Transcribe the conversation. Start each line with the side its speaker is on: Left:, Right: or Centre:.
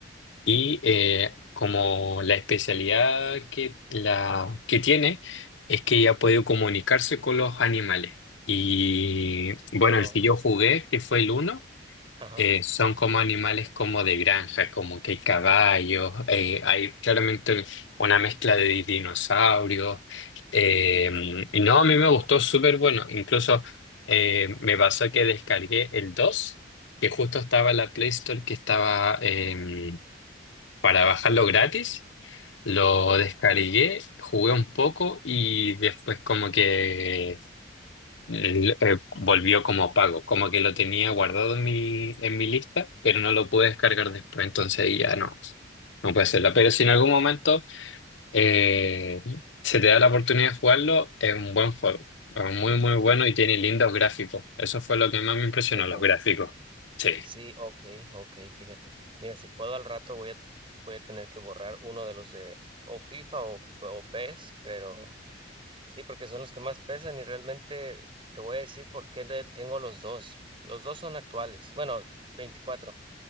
Left: Y eh, como la especialidad que, la, que tiene es que ella puede comunicarse con los animales. Y bueno,
Right: wow.
Left: el que yo jugué, que fue el uno,
Right: Ajá,
Left: eh, son como animales como de granja, como que hay caballos, eh, hay claramente una mezcla de dinosaurios. Eh, y no, a mí me gustó súper bueno. Incluso eh, me pasó que descargué el 2 que justo estaba en la Play Store, que estaba... em, para bajarlo gratis. Lo
Right: ok,
Left: descargué, jugué un poco y después como que eh, eh, volvió como pago, como que lo tenía guardado en mi, en mi lista, pero no lo pude descargar después, entonces ahí ya no, no puede hacerla. Pero si en algún momento eh, se te da la oportunidad de jugarlo, es un buen juego, es muy muy
Right: ok,
Left: bueno y tiene lindos gráficos. Eso fue lo que más me impresionó,
Right: en serio.
Left: los gráficos. Sí.
Right: Sí, ok, ok, fíjate. Mira, si puedo al rato voy a, voy a tener que borrar uno de los de o FIFA o, o PES, pero sí, porque son los que más pesan y realmente te voy a decir por qué le tengo los dos. Los dos son actuales, bueno, 24,